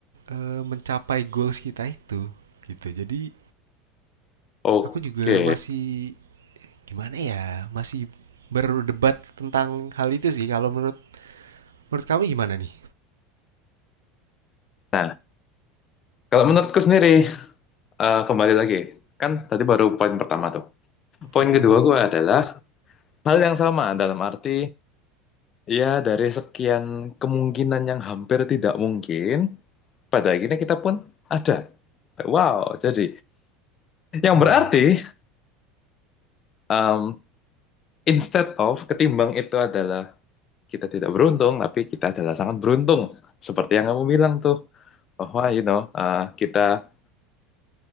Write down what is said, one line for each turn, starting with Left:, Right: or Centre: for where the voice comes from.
Right: eh, mencapai goals kita itu gitu. Jadi
Left: Oke.
Right: aku juga masih gimana ya, masih berdebat tentang hal itu sih. Kalau menurut menurut kamu gimana nih?
Left: Nah, kalau menurutku sendiri, eh, kembali lagi. Kan tadi baru poin pertama tuh. Poin
Right: Mm-mm.
Left: kedua gue adalah hal yang sama dalam arti ya dari sekian kemungkinan yang hampir tidak mungkin, pada akhirnya kita pun ada. Wow, jadi yang
Right: Iya,
Left: berarti
Right: iya.
Left: em, Instead of ketimbang itu adalah kita tidak beruntung, tapi kita adalah sangat beruntung. Seperti yang kamu bilang tuh, bahwa you know, uh, kita